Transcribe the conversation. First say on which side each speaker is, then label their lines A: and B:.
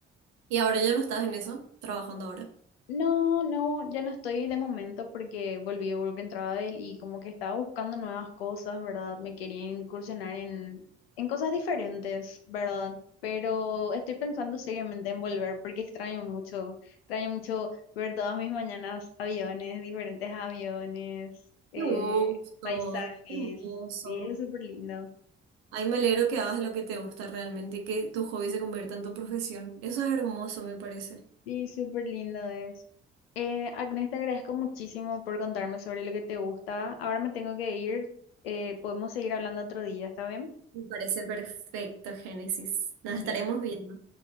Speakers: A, on the right; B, on the left.
A: Y ahora ya no estás en eso, trabajando ahora.
B: No, no, ya no estoy de momento porque volví a Work and Travel y como que estaba buscando nuevas cosas, ¿verdad? Me quería incursionar en, en cosas diferentes, ¿verdad? Pero estoy pensando seriamente en volver porque extraño mucho, extraño mucho ver todas mis mañanas aviones, diferentes aviones, eh,
A: qué gusto,
B: paisajes,
A: Qué hermoso.
B: y es súper lindo.
A: Ay, me alegro que hagas lo que te gusta realmente y que tu hobby se convierta en tu profesión. Eso es hermoso, me parece.
B: Sí, súper lindo es. Eh, Agnes, te agradezco muchísimo por contarme sobre lo que te gusta. Ahora me tengo que ir. Eh, podemos seguir hablando otro día, ¿está bien?
A: Me parece perfecto, Génesis. Nos estaremos
B: Dale.
A: viendo.